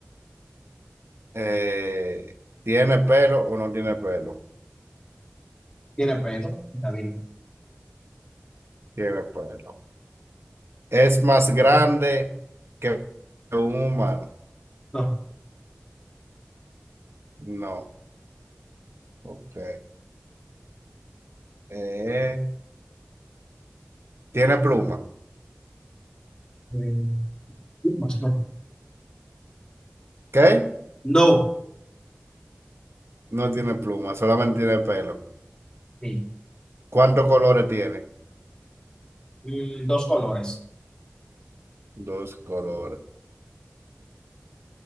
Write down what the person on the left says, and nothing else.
Tiene pelo. David.
No.
Eh, plumas, no.
No.
Sí.
Mm, dos colores.